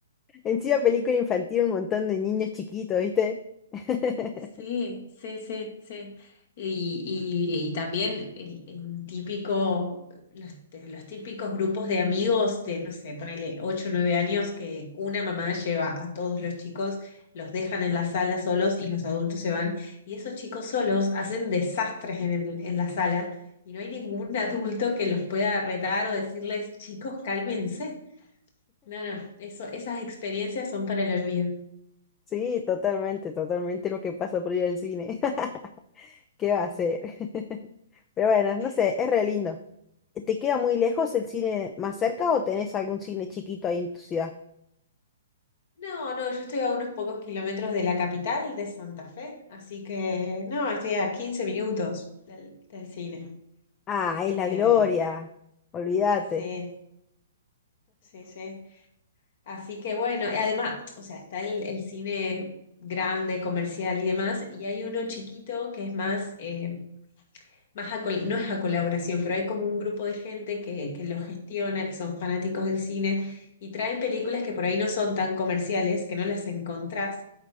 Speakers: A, on the left; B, on the left.
A: encima película infantil, un montón de niños chiquitos, ¿viste? <laughs>
B: Sí, sí, sí, sí. Y, y- y también el, el típico, los, los típicos grupos de amigos de, no sé, ponele 8 o 9 años que una mamá lleva a todos los chicos, los dejan en la sala solos y los adultos se van. Y esos chicos solos hacen desastres en el- en la sala y no hay ningún adulto que los pueda retar o decirles, chicos, cálmense. No, no, eso, esas experiencias son para el olvido.
A: Sí, totalmente, totalmente lo que pasa por ir al cine. <laughs> ¿Qué va a hacer? <laughs> Pero bueno, no sé,
B: <laughs>
A: es re lindo. ¿Te queda muy lejos el cine más cerca o tenés algún cine chiquito ahí en tu ciudad?
B: No, no, yo estoy a unos pocos kilómetros de la capital de Santa Fe, así que no, estoy a 15 minutos del, del cine.
A: Ah,
B: Así
A: es la
B: que
A: gloria. Olvídate.
B: sí, sí, sí. Así que bueno, y además, o sea, está el, el cine grande, comercial y demás, y hay uno chiquito que es más, eh, más a col- no es a colaboración, pero hay como un grupo de gente que, que lo gestiona, que son fanáticos del cine, y traen películas que por ahí no son tan comerciales, que no las encontrás